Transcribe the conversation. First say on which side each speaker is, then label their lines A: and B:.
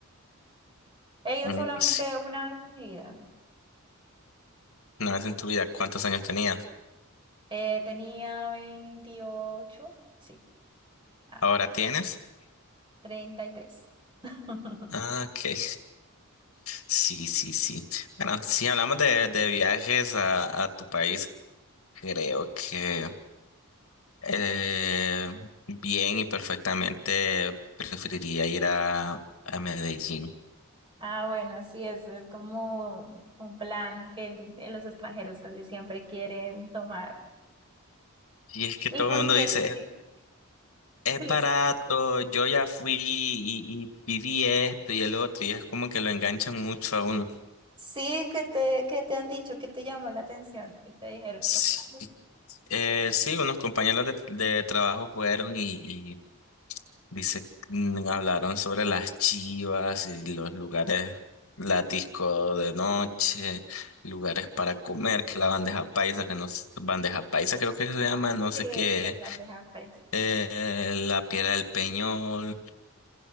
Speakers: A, on the right; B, on the left.
A: He ido
B: Mm,
A: solamente
B: sí,
A: una vez en mi vida.
B: Una vez en tu vida, ¿cuántos años tenías?
A: Eh, tenía 28, sí, ah,
B: ¿Ahora tienes?
A: 33. <laughs>
B: Ah, ok. Sí, sí, sí. Bueno, si hablamos de, de viajes a, a tu país, creo que eh, bien y perfectamente preferiría ir a, a Medellín.
A: Ah, bueno, sí, es, es como un plan que el- eh, los extranjeros casi siempre quieren tomar.
B: Y es que
A: ¿Y
B: todo
A: por
B: el mundo
A: qué?
B: dice,
A: Sí,
B: Es
A: sí,
B: barato, yo ya fui y, y viví esto y el otro, y es como que lo enganchan mucho a uno.
A: sí, ¿qué te, qué te han dicho? ¿Qué te llamó la atención? ¿Qué te dijeron?
B: Sí,
A: Como, "Ay,
B: eh, sí, unos compañeros de, de trabajo fueron y, y dice, mm, hablaron sobre las chivas y los lugares, la disco de noche, lugares para comer, que la bandeja paisa, que no, s- bandeja paisa creo que se llama, no
A: Sí,
B: sé qué,
A: sí, es bandeja paisa".
B: eh, la piedra del Peñol.